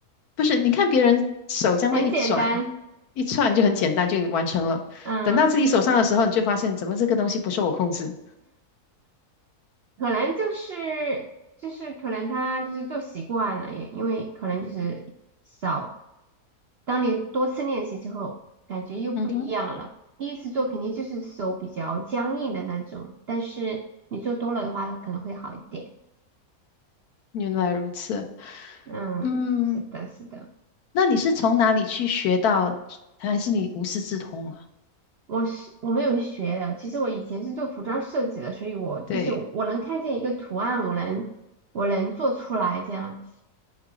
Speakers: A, on the left (about 75°); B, on the right (about 65°).
A: 不是，你看别人手这么一转
B: 很简单，
A: 一串就很简单就完成了，
B: 嗯，
A: 等到自己手上的时候，你就发现怎么这个东西不受我控制。
B: 可能就是就是可能他就是做习惯了，也因为可能就是少，当你多次练习之后，感觉又不一样了。
A: 嗯哼，
B: 第一次做肯定就是手比较僵硬的那种，但是你做多了的话，可能会好一点。
A: 原来如此。
B: 嗯，
A: 嗯，
B: 是的，是的。
A: 那你是从哪里去学到，还是你无师自通啊？
B: 我是我没有学的，其实我以前是做服装设计的，所以我就是我能看见一个图案，
A: 对
B: 我能我能做出来这样子。